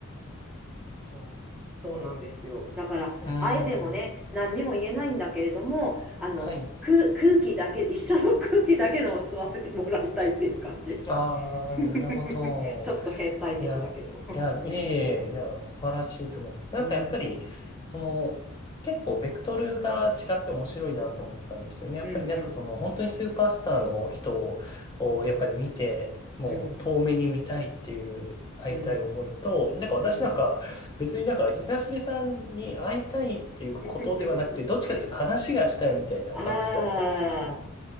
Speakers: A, in the centre; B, on the left.
A: そう、そうなんですよ。だから、
B: うん。
A: あえてもね、何にも言えないんだけれども、あの、
B: はい。
A: 空、空気だけ、一緒の空気だけのを吸わせてもらいたいっていう感じ。
B: ああ、
A: <laughs>
B: なるほど。
A: ちょっと変態的だけど。
B: いや、
A: <laughs>
B: いや、いえいえ、いや、素晴らしいと思います。なんかやっぱり、
A: うん、
B: その、結構ベクトルが違って面白いなと思ったんですよね。やっぱりなんかその、
A: うん、うん、
B: 本当にスーパースターの人をやっぱり見て、もう遠目に見たいっていう会いたい思いと、
A: うん、うん、
B: なんか私なんか別になんか東出さんに会いたいっていうことではなくて、
A: <laughs> うん。<laughs>
B: どっちかっていうと話がしたいみたいな感じだった
A: ああ、